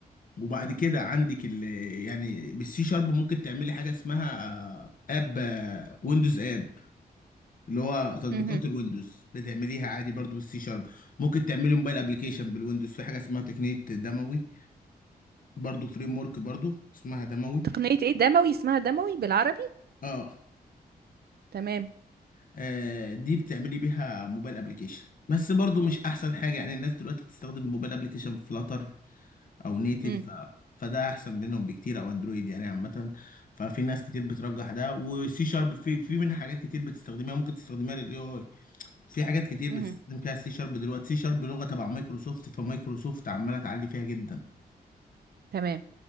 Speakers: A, on the left (about 55°); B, on the right (about 70°).
A: وبعد كده عندك ال يعني بالسي شارب ممكن تعملي حاجه اسمها آه، اب آه، ويندوز اب اللي هو تطبيقات
B: مهم.
A: الويندوز بتعمليها عادي برضو بالسي شارب ممكن تعملي موبايل ابلكيشن بالويندوز في حاجه اسمها تقنيه دموي برضو فريم ورك برضو اسمها دموي
B: تقنية ايه دموي اسمها دموي بالعربي
A: اه
B: تمام
A: آه، دي بتعملي بيها موبايل ابلكيشن بس برضو مش احسن حاجه يعني الناس دلوقتي بتستخدم الموبايل ابلكيشن فلاتر او نيتيف
B: مم.
A: ف... فده احسن منهم بكتير او اندرويد يعني عامه ففي ناس كتير بترجح ده وسي شارب في في منها حاجات كتير بتستخدمها ممكن تستخدمها للاي اي في حاجات كتير
B: مهم.
A: بتستخدم فيها سي شارب دلوقتي سي شارب لغه تبع مايكروسوفت فمايكروسوفت عماله تعلي فيها جدا
B: تمام